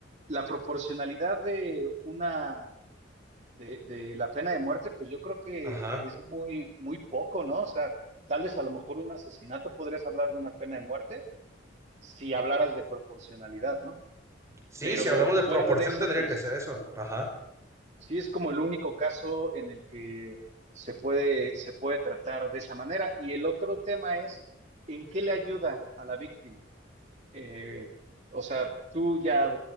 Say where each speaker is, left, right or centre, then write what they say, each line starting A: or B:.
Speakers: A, on the right; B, on the right.
A: la proporcionalidad de una de, de la pena de muerte, pues yo creo que
B: ajá.
A: es muy, muy poco, ¿no? O sea, tal vez a lo mejor un asesinato podrías hablar de una pena de muerte si hablaras de proporcionalidad, ¿no?
B: Sí,
A: Pero
B: si hablamos
A: fuera
B: de proporción
A: de eso,
B: tendría
A: pues
B: que ser eso, ajá.
A: sí es como el único caso en el que se puede, se puede tratar de esa manera. Y el otro tema es, ¿en qué le ayuda a la víctima? eh, o sea, tú ya,